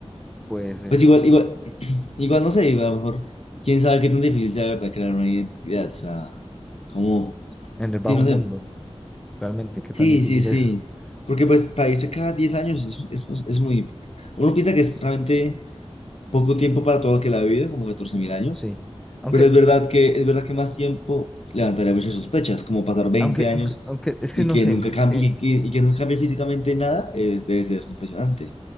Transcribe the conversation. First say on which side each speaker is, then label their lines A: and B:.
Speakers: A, in the centre; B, on the left.
A: Puede ser.
B: Pues igual, igual, igual no sé, igual a lo mejor, quién sabe qué tan difícil sea de verdad crear una identidad, o sea, como,
A: en el bajo
B: sí, no
A: mundo,
B: sé,
A: realmente, qué
B: sí,
A: tan difícil
B: sí, sí.
A: es. <laughs>
B: Porque pues para irse cada 10 años es, es, es muy, uno piensa que es realmente poco tiempo para todo lo que la ha vivido, como catorce mil años,
A: Sí. Aunque,
B: Pero es verdad que, es verdad que más tiempo levantaría muchas sospechas, como pasar 20
A: aunque,
B: años
A: aunque, aunque, es
B: y
A: que no
B: que
A: sé,
B: nunca
A: mira
B: cambie,
A: que,
B: y que, y que nunca cambie físicamente nada, es, debe ser impresionante.